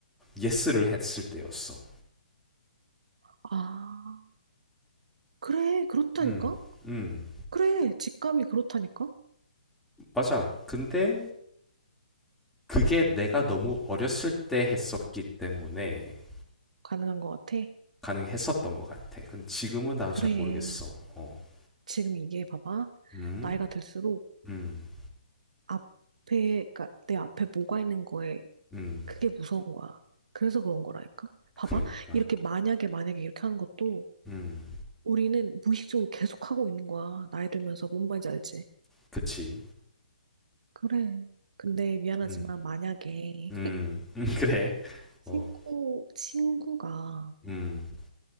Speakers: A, in the centre; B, on the right.
A: 예스를 했을 때였어.
B: 아, 그래, 그렇다니까?
A: 음, 음,
B: 그래, 직감이 그렇다니까?
A: 맞아. 근데 그게 내가 너무 어렸을 때 했었기 때문에
B: 가능한 것 같아.
A: 가능했었던 것 같아. 근데 지금은 나도
B: 그래.
A: 잘 모르겠어. 어,
B: 지금 이게 봐봐.
A: 음,
B: 나이가 들수록
A: 음,
B: 앞에, 그러니까 내 앞에 뭐가 있는 거에
A: 음,
B: 그게 무서운 거야. 그래서 그런 거라니까? 봐봐.
A: 그러니까,
B: 이렇게 만약에, 만약에 이렇게 하는 것도
A: 음,
B: 우리는 무의식적으로 계속 하고 있는 거야. 나이 들면서 뭔 말인지 알지?
A: 그치,
B: 그래. 근데 미안하지만
A: 음,
B: 만약에
A: 음, 음, <laughs> 그래,
B: 친구,
A: 어,
B: 친구가
A: 음,